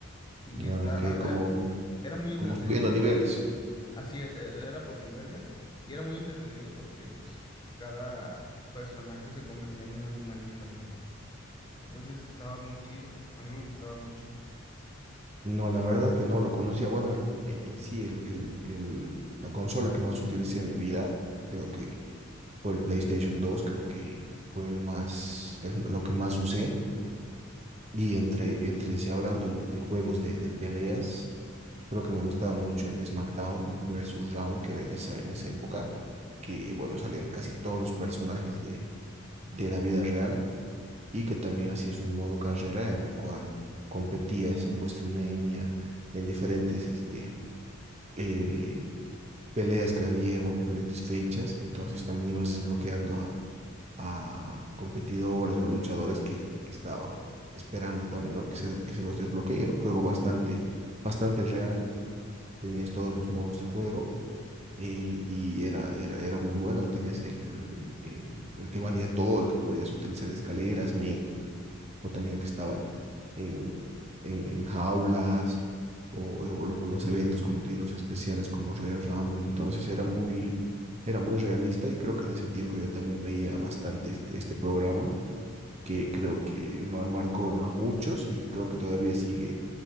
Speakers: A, on the left; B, on the right.
A: Y
B: Ah,
A: está,
B: Ok,
A: a-
B: como,
A: a- era muy entretenido,
B: como subiendo niveles.
A: así es, e- era por niveles y era muy entretenido porque pues cada personaje se convertía en un animal diferente. Entonces estaba muy chido, a mí me gustaba mucho.
B: No, la verdad que no lo conocía. Bueno, el- en en sí, el, el, el- la consola que más utilicé en mi vida, creo que fue el PlayStation 2. creo que fue el más, el- lo que más usé. Y entre, entre sí, hablando de juegos de, de peleas, creo que me gustaba mucho el SmackDown versus Raw, que era en esa, en esa época, que bueno, salían casi todos los personajes de, de la vida real y que también así es un modo carrera en el cual competías en WrestleMania, en diferentes este, eh, peleas que había o en diferentes fechas, entonces también ibas desbloqueando a competidores o a luchadores que, que estaban esperando también, ¿no? Que se, que se los desbloquee. Era un juego bastante, bastante real, tenías todos los modos de juego eh, y era, era, era muy bueno. Tenías el, el, el- el que valía todo, el que podías utilizar escaleras, me- o también que estaban en, en, en jaulas, o, o los, o los eventos, como te digo, los especiales como Royal Rumble, entonces era muy, era muy realista y creo que en ese tiempo yo también veía bastante este, este programa que creo que ma- marcó a muchos y creo que todavía sigue,